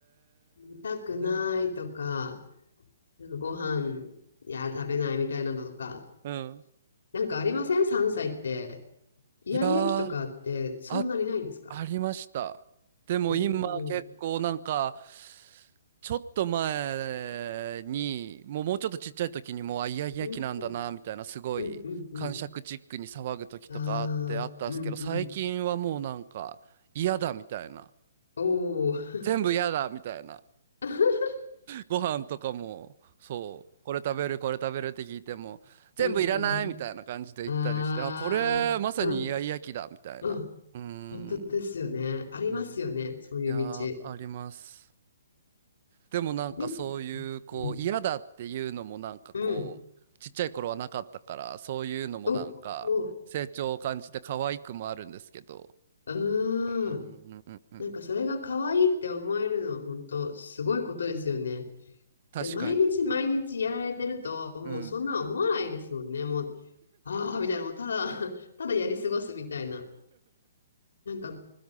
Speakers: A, on the left (about 75°); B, on the right (about 45°).
A: 見たくないとか、
B: え。
A: なんかご飯、いや、食べないみたいなのとか。
B: うん。
A: なんかありません ?3 歳って。イヤイヤ期とかってそんなにないですか
B: いやー、あ、ありました。でも今結構なんか、
A: おー。
B: ちょっと前に、もうもうちょっとちっちゃい時にもう、あ、イヤイヤ期なんだな、
A: うん、
B: みたいな、すごい、
A: うん、うん、うん。
B: 癇癪チックに騒ぐ時とかあって、
A: ああ、
B: あったんですけど、
A: うん、
B: 最近はもうなんか、
A: うん。
B: 嫌だ、みたいな。
A: おー。
B: 全部嫌だ、みたいな。
A: <laughs>
B: ご飯とかも、そう、これ食べる、これ食べるって聞いても、全部いらない、
A: うん、うん、
B: みたいな感じで言ったりして、
A: うん。ああ、
B: あ、これ、まさにイヤイヤ期だ、
A: うん、
B: みたいな。
A: うん。
B: うーん、
A: 本当ですよね。ありますよね。
B: うん。
A: そういう道。
B: いやー、あります。でもなんかそういうこう嫌だっていうのもなんかこうちっちゃい頃はなかったからそういうのもなんか成長を感じて可愛くもあるんですけど
A: でも、うん。うん。おお、うー
B: うんうんうんうん
A: ん。なんかそれが可愛いって思えるのは本当すごいことですよね。
B: 確かに
A: で、毎日毎日やられてると、もうそんな思わないですもんね。
B: うん
A: もう、ああ、みたいな、もうただ、<laughs> ただやり過ごすみたいな。なんか、